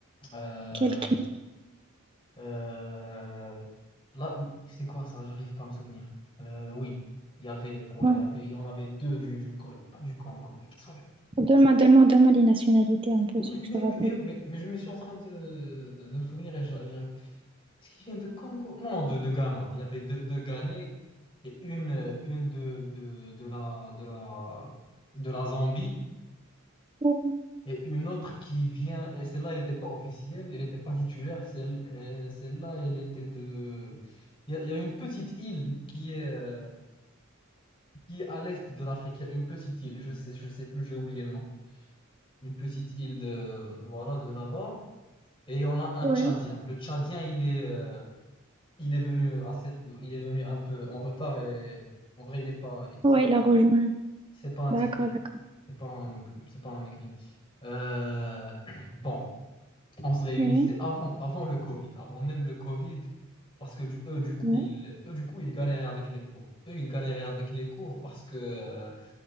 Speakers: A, on the left (about 25°); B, on the right (about 25°).
A: euh,
B: quelle clique.
A: euh, là, c'est quoi ça? J'arrive pas à me souvenir. Euh, oui, il y avait, ouais,
B: Ouais.
A: il y avait, il y en avait deux du, du, Con- pas du Congo, mais qui sont...
B: Donne-moi, donne-moi, donne-moi les nationalités un peu,
A: Mais,
B: si
A: mais
B: tu te rappelles.
A: oui, mais, mais, mais je me suis en train de, de, de me souvenir et j'arrive Est-ce qu'il vient de Congo? Non, de, de Ghana. Il y avait deux, deux Ghanais et une, euh, une de, de, de la, de la, de la Zambie
B: Ouais.
A: et une autre qui vient. Et celle-là, elle n'était pas officielle, elle n'était pas titulaire. Celle, euh, celle-là, elle était de. Il y a, il y a une petite île qui est, euh, qui est à l'est de l'Afrique. Il y a une petite île, je sais, je sais plus, j'ai oublié le nom. Une petite île de, voilà, de là-bas. Et on a un
B: Ouais,
A: Tchadien. Le Tchadien, il est. euh, Il est venu assez, il est venu un peu en retard et en vrai, il est pas, c'est
B: Ouais, il
A: pas,
B: a rejoint.
A: c'est pas un type
B: D'accord,
A: bien.
B: d'accord.
A: C'est pas un, c'est pas un mec bien. Euh, <clears throat> bon, on se réunissait
B: Ouais,
A: avant, avant le Covid, avant même le Covid, parce que du- eux, du coup,
B: ouais.
A: ils, eux, du coup, ils galéraient avec les cours. Eux, ils galéraient avec les cours parce que euh,